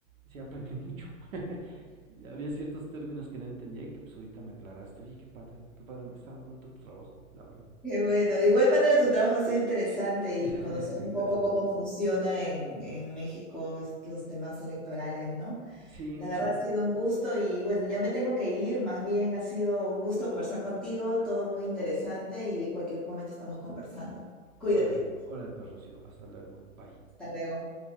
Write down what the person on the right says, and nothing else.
sí aprendí mucho. <laughs> Había ciertos términos que no entendía y que pues ahorita me aclaraste. Oye, qué padre, qué padre. Estaba junto a tu trabajo, la verdad.
<laughs>
sí,
gracias.
Sí,
Órale, órale pues Rocío, hasta luego, bye.